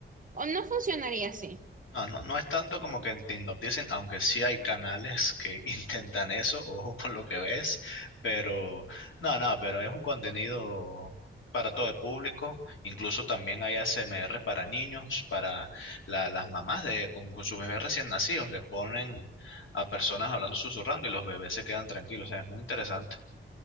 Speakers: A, on the right; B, on the left.
A: O no funcionaría así.
B: No, no, no es tanto como que te hipnoticen, aunque sí hay canales que <laughs> intentan eso, ojo con lo que ves, pero no, no, pero es un contenido para todo el público, incluso también hay ASMR para niños, para la- las mamás de, con, con sus bebés recién nacidos, le ponen a personas hablando susurrando y los bebés se quedan tranquilos, o sea, es muy interesante.